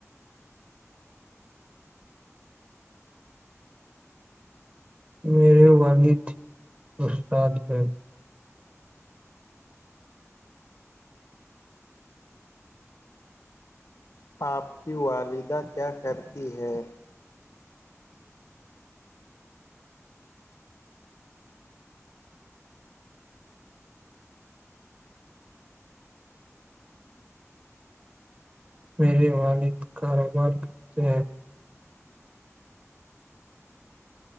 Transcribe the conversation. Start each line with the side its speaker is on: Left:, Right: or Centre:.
Right: میرے والد استاد ہیں
Left: آپ کی والدہ کیا کرتی ہے
Right: میرے والد کاروبار کتے